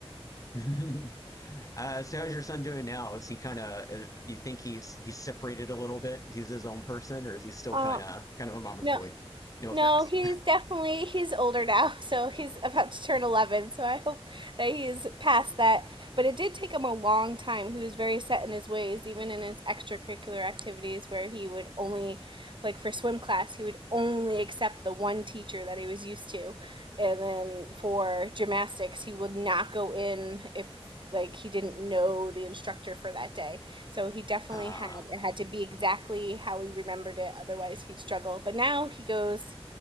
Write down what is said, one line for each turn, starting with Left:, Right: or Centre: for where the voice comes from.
Left: <laughs> Uh, so how's your son doing now? Is he kind of? You think he's he's separated a little bit? He's his own person, or is he still
Right: Um,
Left: kind of kind of a mama's
Right: no,
Left: boy? No offense.
Right: No, he's
Left: <laughs>
Right: definitely he's older now, <laughs> so he's about to turn 11, so I hope that he's past that. But it did take him a long time. He was very set in his ways, even in his extracurricular activities where he would only like for swim class, he would only accept the one teacher that he was used to. And then for gymnastics, he would not go in if like he didn't know the instructor for that day. So he definitely
Left: Ah,
Right: had it had to be exactly how he remembered it otherwise he'd struggle. But now he goes